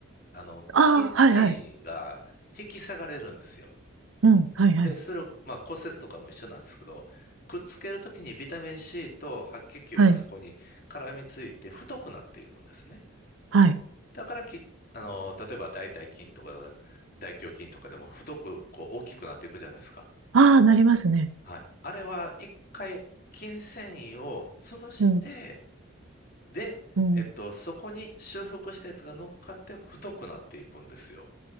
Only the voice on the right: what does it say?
ああ、
はいはい。うん、はいはい。
はい、はい。
ああ、なりますね。
うん、
うん。